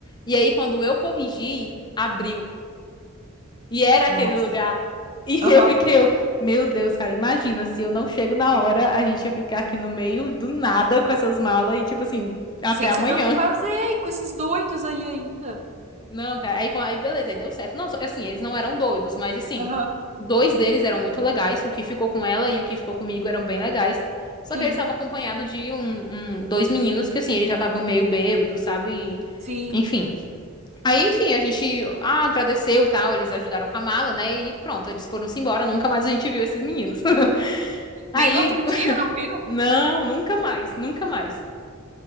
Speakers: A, on the left; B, on the right.
A: E aí quando eu corrigi, abriu. E era
B: Nossa.
A: aquele lugar. E <laughs>
B: Aham.
A: eu fiquei, eu, meu Deus, cara, imagina se eu não chego na hora, a gente ia ficar aqui no meio do nada com essas malas e tipo assim, até
B: Sem
A: amanhã.
B: saber o que fazer, e com esses doidos aí ainda.
A: Não, cara. Aí, quan- aí beleza, aí deu certo. Não, só- assim, eles não eram doidos, mas assim,
B: Aham.
A: dois deles eram muito legais. O que ficou com ela e o que ficou comigo eram bem legais. Só
B: Sim,
A: que eles estavam acompanhados de um, um- dois meninos que, assim, eles já estavam meio bêbados, sabe?
B: sim.
A: Enfim. Aí, enfim, a gente ah, agradeceu e tal, eles ajudaram com a mala, né? E pronto, eles foram-se embora, nunca mais a gente viu esses meninos. <laughs>
B: Nem
A: Aí,
B: no outro dia, não viram?
A: não, nunca mais, nunca mais.